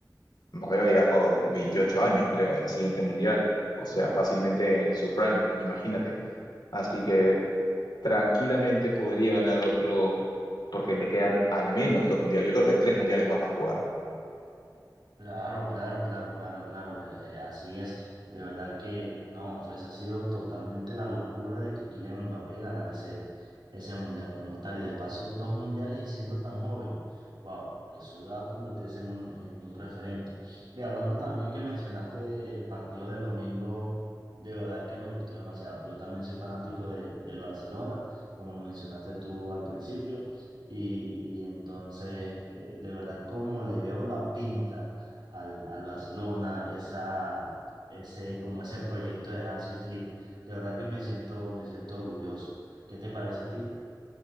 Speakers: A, on the left; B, on the right.
A: Mbappé va a llegar con 28 años, creo, al siguiente mundial. O sea, fácilmente en su prime, imagínate. Así que tranquilamente podría ganar otro, porque le quedan al menos dos mundiales. Yo creo que tres mundiales más va a jugar.
B: Claro, claro, claro, claro, claro, eh, así es. De verdad que no, fuese sido totalmente la locura de que Kylian Mbappé ganara ese, ese mundial como tal y de paso dos mundiales y siendo tan joven. Wow, eso iba a convertirse en un, en un referente. Y hablando también que mencionaste el partido del domingo, de verdad que me gustó demasiado. Yo también soy fanático de, del Barcelona, como lo mencionaste tú al principio, y, y entonces, eh, de verdad, como le veo la pinta al, al Barcelona, esa, ese, como ese proyecto de Hansi Flick. De verdad que me siento, me siento orgulloso. ¿Qué te parece a ti?